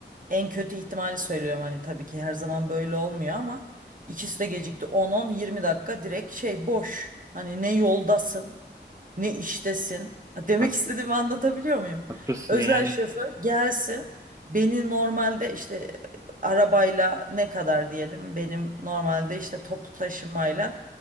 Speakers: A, on the right (about 45°); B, on the right (about 15°).
A: En kötü ihtimali söylüyorum hani tabii ki her zaman böyle olmuyor ama ikisi de gecikti 10-10 20 dakika direkt şey boş. Hani ne yoldasın ne iştesin? Ha, Demek
B: haklısın,
A: istediğimi anlatabiliyor muyum?
B: haklısın
A: Özel
B: yani
A: şoför gelsin beni normalde işte arabayla ne kadar diyelim benim normalde işte toplu taşımayla